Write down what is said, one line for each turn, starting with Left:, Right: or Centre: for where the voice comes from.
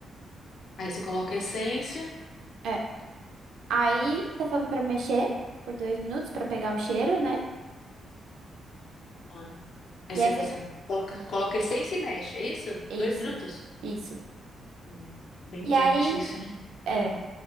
Left: Aí você coloca a essência.
Right: É. Aí tá falando pra mexer por dois minutos pra pegar o cheiro, né?
Left: Ah, Aí
Right: E
Left: você,
Right: aí você...
Left: você coloca, coloca a essência e mexe, é isso?
Right: Isso,
Left: Dois minutos?
Right: isso.
Left: Hum. Bem
Right: E
Left: quente
Right: aí,
Left: isso, hein?
Right: é.
Left: Hum.